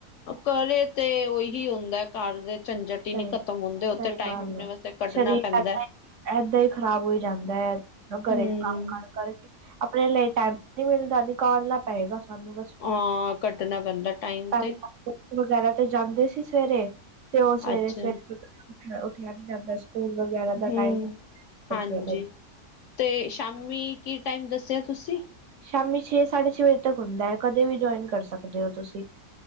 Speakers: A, on the left; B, on the right.
A: ਘਰੇ ਤੇ ਓਹੀ ਹੁੰਦਾ ਘਰ ਦੇ ਝੰਜਟ ਹੀ ਨਹੀਂ
B: ਸਈ,
A: ਖ਼ਤਮ ਹੁੰਦੇ ਉਥੇ
B: ਸਈ
A: ਟਾਈਮ
B: ਗੱਲ
A: ਆਪਣੇ
B: ਐ,
A: ਵਾਸਤੇ ਕੱਢਣਾ
B: ਸਰੀਰ
A: ਪੈਂਦਾ
B: ਏਦਾਂ ਈ, ਏਦਾਂ ਈ ਖ਼ਰਾਬ ਹੋਈ ਜਾਂਦਾ ਐ। ਘਰੇ
A: ਹੂੰ
B: ਕੰਮ ਕਾਰ ਕਰਕੇ, ਆਪਣੇ ਲਈ ਟਾਈਮ ਨੀਂ ਮਿਲਦਾ, ਨੀਕਾਲਨਾਂ ਪਏਗਾ ਸਾਨੂੰ
A: ਹਾਂ ਕੱਢਣਾ ਪੈਂਦਾ ਟਾਈਮ
B: <unintelligible>
A: ਤੇ
B: <unintelligible> ਜਾਂਦੇ ਸੀ ਸਵੇਰੇ ਤੇ ਓ ਸਵੇਰੇ-ਸਵੇਰੇ
A: ਅੱਛਾ
B: ਉਠਿਆ, ਉੱਠਿਆ ਨੀਂ ਜਾਂਦਾ ਸੀ। ਸਕੂਲ ਵਗੈਰਾ ਦਾ
A: ਹੂੰ
B: ਟਾਈਮ ਬੱਚਿਆਂ
A: ਹਾਂਜੀ
B: ਦਾ।
A: ਤੇ ਸ਼ਾਮੀ ਕੀ ਟਾਈਮ ਦੱਸਿਆ ਤੁਸੀਂ
B: ਸ਼ਾਮੀ ਛੇ, ਸਾਢੇ ਛੇ ਵਜੇ ਤੱਕ ਹੁੰਦਾ ਐ। ਕਦੇ ਵੀ ਜੁਆਇਨ ਕਰ ਸਕਦੇ ਓ ਤੁਸੀਂ।